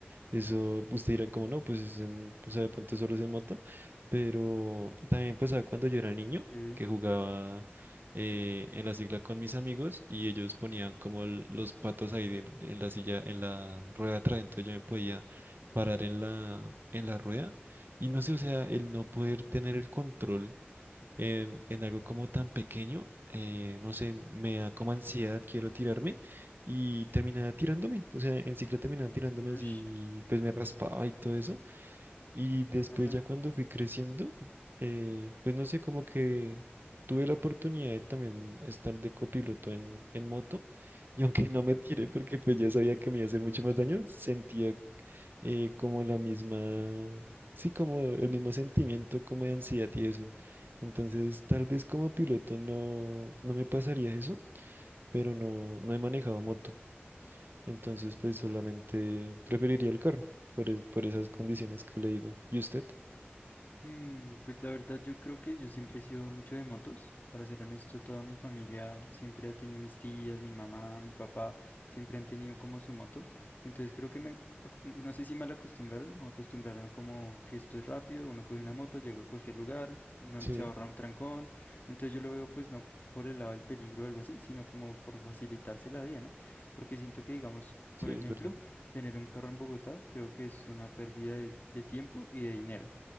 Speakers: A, on the right; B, on the left.
A: Eso usted dirá como no, pues, es en- o sea, de pronto solo es en moto, pero también pasaba cuando yo era niño,
B: Que,
A: que jugaba eh, en la sigla con mis amigos y ellos ponían como el- los patos ahí de- de- en la silla, en la rueda de atrás, entonces yo me podía parar en la, en la rueda y no sé, o sea, el no poder tener el control en, en algo como tan pequeño, eh, no sé, me da como ansiedad, quiero tirarme y terminaba tirándome, o sea, en cicla terminaba tirándome
B: ush,
A: así, pues me raspaba y todo eso. Y después
B: qué raro.
A: ya cuando fui creciendo, eh, pues no sé, como que tuve la oportunidad de también estar de copiloto en, en moto. <laughs> Y aunque no me tiré porque pues ya sabía que me iba a hacer mucho más daño, sentía eh, como la misma, sí, como el mismo sentimiento como de ansiedad y eso. Entonces, tal vez como piloto no, no me pasaría eso, pero no, no he manejado moto. Entonces, pues solamente preferiría el carro por, es- por esas condiciones que le digo. ¿Y usted?
B: Mm, pues la verdad yo creo que yo siempre he sido mucho de motos. Para ser honesto, toda mi familia siempre ha tenido mis tías, mi mamá, mi papá, siempre han tenido como su moto. Entonces creo que me, ac- no sé si mal acostumbraron o acostumbraron como que esto es rápido, uno coge una moto, llega a cualquier lugar, no,
A: Sí,
B: se ahorra un trancón. Entonces yo lo veo pues no por el lado del peligro o algo así, sino como por facilitarse la vida, ¿no? Porque siento que digamos, por
A: sí,
B: ejemplo,
A: es verdad.
B: tener un carro en Bogotá creo que es una pérdida de de tiempo y de dinero.